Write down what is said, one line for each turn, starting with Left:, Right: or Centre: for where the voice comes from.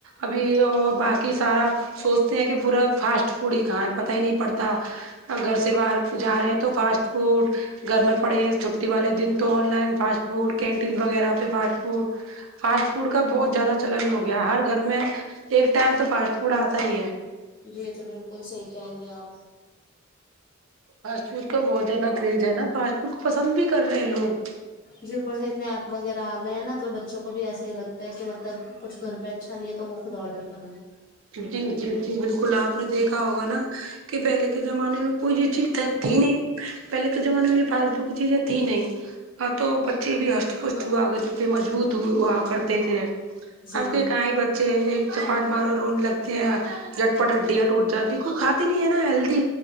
Right: ابھی اور باقی سارا سوچتے ہیں کہ پورا فاسٹ فوڈ ہی کھائیں پتہ ہی نہیں پڑتا اگرھر سے باہر جا رہے ہیں تو فاسٹ فوڈ گھر میں پڑے ہیں چھٹی والے دن تو online fast food canteen وغیرہ پہ فاسٹ فوڈ فاسٹ فوڈ کا بہت زیادہ چلن ہو گیا ہر گھر میں ایک ٹائم تو فاسٹ فوڈ آتا ہی ہے
Left: جی تو بالکل صحیح کہہ رہی ہیں آپ
Right: فاسٹ فوڈ کا بہت زیادہ کرز ہے نا فاسٹ فوڈ کو پسند بھی کر رہے لوگ
Left: جی اوپر سے اتنے ایپ وغیرہ آ گئے ہیں نا تو بچوں کو بھی ایسا ہی لگتا ہے کہ مطلب کچھ گھر پہ اچھا لیے تو وہ خود آرڈر کرنا ہے
Right: جی جی جی بالکل آپ نے دیکھا ہوگا نا کہ پہلے کے زمانے میں کوئی اچھی تھی نہیں پہلے کے زمانے میں یہ پالتو کی چیزیں تھی نہیں ہاں تو بچے بھی ارٹ پشٹ ہو آ گئے تھ تھے مجبوط اور وہ ہوا کرتے تھے
Left: جی
Right: اب کے کہیں ب چے ایک چپاٹ مارو رونے لگتے ہیں جٹپٹ ہڈیاں ٹوٹ جاتی ہیں کوئی کھاتے نہیں ہے نا ہیلدی